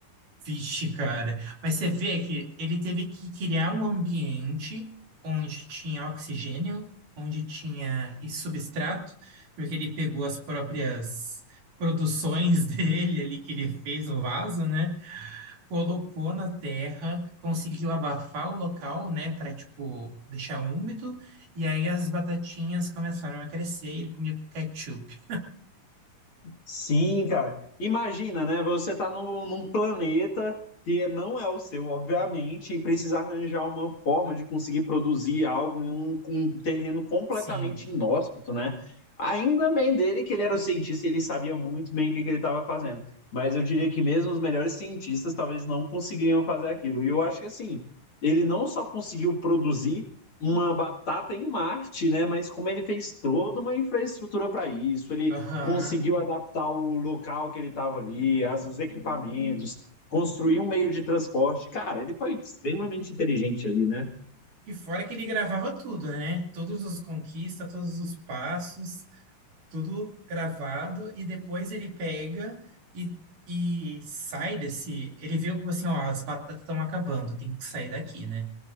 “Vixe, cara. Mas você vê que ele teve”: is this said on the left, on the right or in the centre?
Right